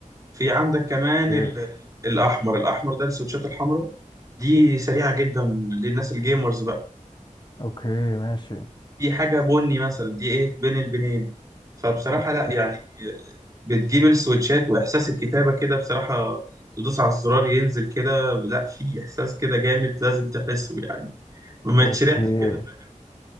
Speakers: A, on the right; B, on the left.
A: في عندك كمان
B: اوكي
A: ال... ال- الأحمر الأحمر ده السويتشات الحمراء دي سريعة جدا للناس الجيمرز بقى
B: اوكي ماشي
A: دي حاجة بني مثلا دي إيه بين البنين فبصراحة
B: اوكي
A: لا يعني بتجيب السويتشات وإحساس الكتابة كده بصراحة تدوس على الزرار ينزل كده لا في إحساس كده جامد لازم تحسه يعني ما
B: اوكي
A: يتشرحش كده فاهم؟